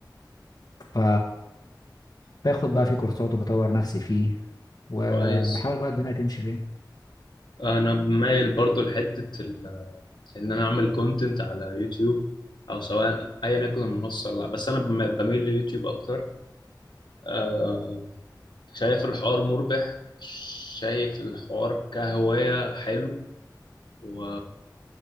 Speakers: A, on the left (about 55°); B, on the left (about 85°).
A: ف باخد بقى فيه كورسات وبطور نفسي فيه وبحاول
B: كويس
A: بقى الدنيا تمشي فيه
B: أنا مايل برضو لحتة ال... إن أنا أعمل كونتنت على يوتيوب أو سواء أيا يكن المنصة لا بس أنا بم- بميل ليوتيوب أكتر آه، شايف الحوار مربح شايف الحوار كهواية حلو و